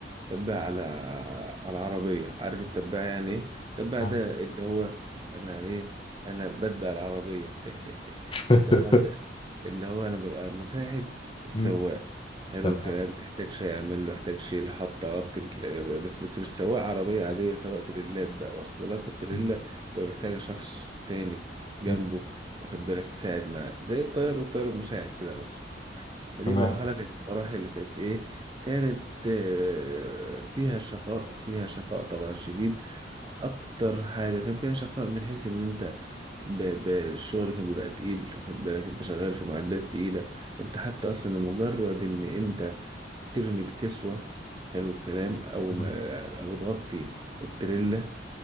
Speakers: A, on the right; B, on the left.
A: تباع على على عربية عارف التباع يعني ايه التباع
B: آه.
A: ده اللي هو انا ايه انا بتبع العربية <laughs>
B: <laughs>
A: التباع ده اللي هو انا ببقى مساعد السواق
B: مم.
A: حلو
B: تمام
A: الكلام يحتاج شيء يعمل له يحتاج شيء يحط ربط بس بس مش سواق عربية عادية سواق تريلات بقى واصل لك في التريلا
B: مم.
A: تبقى محتاجة شخص تاني جنبه
B: مم،
A: واخد بالك يساعد معاه زي الطيار والطيار المساعد كده مثلا دي
B: تمام
A: مرحلة كانت من المراحل اللي كانت إيه كانت آه، فيها شقاء فيها شقاء طبعا شديد أكتر حاجة كان فيها شقاء من حيث إن أنت ب- ب- الشغل كان بيبقى تقيل واخد بالك أنت شغال في معدات تقيلة أنت حتى أصلا لمجرد إن أنت ترمي الكسوة حلو الكلام أو
B: مم.
A: ما أو تغطي التريلا